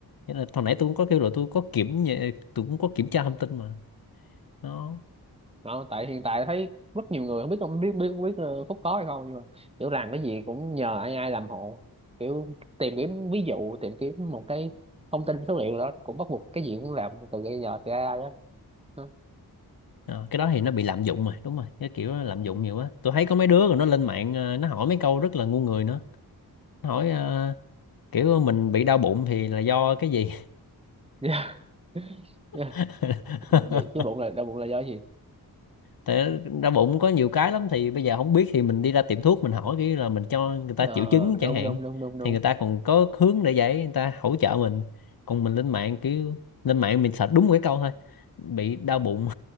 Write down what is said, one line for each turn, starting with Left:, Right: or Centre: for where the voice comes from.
Left: Nên là hồi nãy tôi cũng có kêu là tôi có kiểm nhẹ- tôi cũng có kiểm tra thông tin mà nó
Right: đó tại hiện tại thấy rất nhiều người không biết không biết biết biết ờ, Phúc có hay không nhưng mà kiểu làm cái gì cũng nhờ ai ai làm hộ kiểu tìm kiếm ví dụ tìm kiếm một cái thông tin số liệu đó cũng bắt buộc cái gì cũng làm từ bây giờ từ AI á Hả?
Left: ờ, cái đó thì nó bị lạm dụng mà đúng rồi cái kiểu đó lạm dụng
Right: ừ.
Left: nhiều quá tôi thấy có mấy đứa rồi nó lên mạng ờ, nó hỏi mấy câu rất là ngu người nữa nó hỏi ờ, kiểu mình bị đau bụng thì là do cái gì
Right: <laughs> yeah. Yeah.
Left: <laughs>
Right: Vậy, chứ bụng là đau bụng là do gì
Left: tại đau bụng có nhiều cái lắm thì bây giờ không biết thì mình đi ra tiệm thuốc mình hỏi cái là mình cho người ta
Right: ờ
Left: triệu chứng
Right: đúng
Left: chẳng hạn
Right: đúng đúng đúng đúng
Left: thì người ta còn có hướng để giải người ta hỗ trợ mình còn mình lên mạng cứ lên mạng mình search đúng một cái câu thôi bị đau bụng